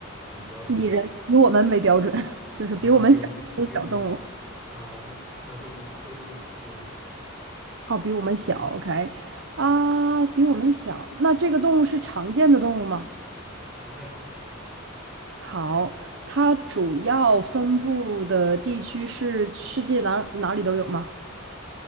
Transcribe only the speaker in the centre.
比较是，
哦，那比我比我们，呃，那那这个东这个动物比我们小，
不太常见。